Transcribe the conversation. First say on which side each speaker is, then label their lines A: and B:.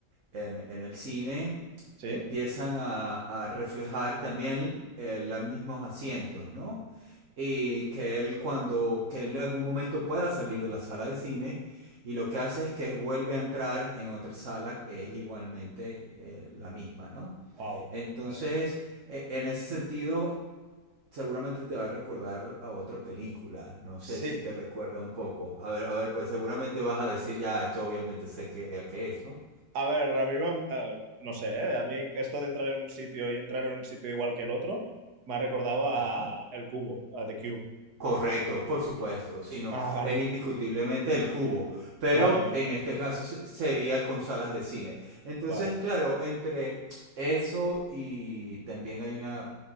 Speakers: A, on the right; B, on the right.
A: en, en el cine
B: sí,
A: empiezan a, a reflejar también eh, los mismos asientos, ¿no? Y que él cuando, que él en algún momento pueda salir de la sala de cine y lo que hace es que vuelve a entrar en otra sala que es igualmente eh, la misma, ¿no?
B: wow,
A: Entonces,
B: vale.
A: e- en ese sentido, seguramente te va a recordar a otra película. No sé
B: Sí,
A: si te recuerda un poco. A ver, a ver, pues seguramente vas a decir ya, esto obviamente sé que, a qué es, ¿no?
B: a ver, a mí me han- eh, no sé, ¿eh? A mí esto de entrar en un sitio y entrar en un sitio igual que el otro me ha recordado a
A: Ajá.
B: El Cubo, a The Cube.
A: Correcto, por supuesto, sino
B: Ah, vale,
A: es indiscutiblemente el cubo, pero
B: vale, vale,
A: en este caso se- sería con salas de cine. Entonces,
B: vale.
A: claro, entre eso y también hay una,